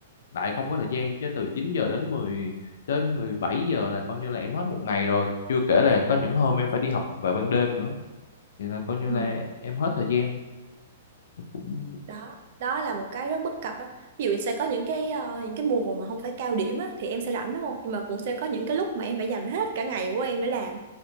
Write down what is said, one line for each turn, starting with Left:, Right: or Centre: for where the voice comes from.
Left: lại không có thời gian chứ từ 9 giờ đến 10 đến 17 giờ là coi như là em hết một ngày rồi chưa kể là có những hôm em phải đi học vào ban đêm nữa thì là coi như
Right: ừ.
Left: là em hết thời gian cũng
Right: đó đó là một cái rất bất cập á ví dụ sẽ có những cái ờ, những cái mùa mà không phải cao điểm á thì em sẽ rảnh đúng không nhưng mà cũng sẽ có những cái lúc mà em phải dành hết cả ngày của em để làm